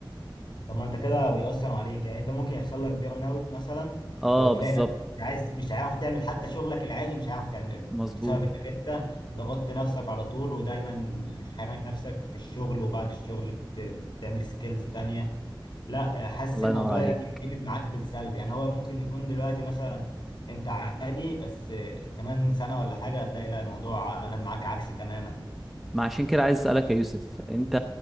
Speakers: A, on the left (about 60°); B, in the centre.
A: طب ما انت كده بيأثر عليك يعني انت ممكن يحصل لك بيرن اوت مثلا
B: اه
A: وتلاقي
B: بالظبط
A: مم. نفسك مش عايز مش عارف تعمل حتى شغلك العادي مش عارف تعمله
B: مظبوط
A: بسبب انك انت ضغطت نفسك على طول ودايما حارق نفسك في الشغل وبعد الشغل بت- بتعمل سكيلز تانية لا حاسس
B: الله
A: الموضوع
B: ينور عليك
A: يعني قلب معاك بالسلب يعني هو ممكن يكون دلوقتي مثلا انت عادي بس كمان سنة ولا حاجة هتلاقي لا الموضوع قلب معاك عكسي تماما
B: ما عشان كده عايز اسالك يا يوسف انت